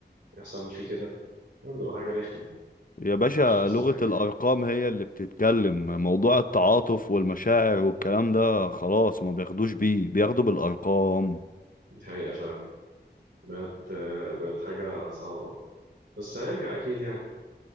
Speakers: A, on the right; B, on the left.
A: يحصل فيه كده برضه حاجة رخمة
B: يا باشا
A: مش أحسن
B: لغة
A: حاجة
B: الارقام هي اللي بتتكلم موضوع التعاطف والمشاعر والكلام ده خلاص وما بياخدوش بيه بياخدوا بالارقام
A: دي حقيقة فعلا بقت بقت حاجة صعبة أوي بس هيرجع أكيد يعني